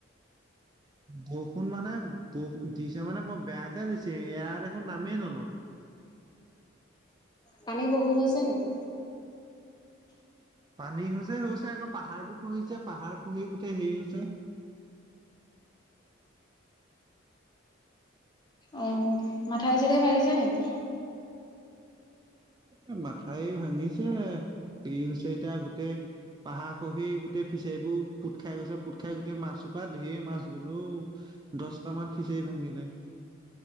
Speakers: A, on the right (about 20°); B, on the left (about 20°).
A: বৰষুণ মানে ব দিছে মানে বৰ বেয়াকে দিছে, এৰা দেখোন নামেই নলয়।
B: পানী বহুত হৈছে নেকি?
A: পানী হৈছে হৈছে, আকৌ পাহাৰবোৰ খহিছে পাহাৰ খহি গোটেই হেৰি হৈছে।
B: অঁ মাথাই সাথাই ভাঙিছে নেকি?
A: এ মাথাই ভাঙিছে, হেৰী হৈছে এতিয়া গোটেই পাহাৰ খহি গোটেই ফিচাৰীবোৰ পুট খাই গৈছে পুট খাই গোটেই মাছহোপা ধেৰি মাছ গল ঔ। দছটা মান ফিচাৰী ভাঙিলে।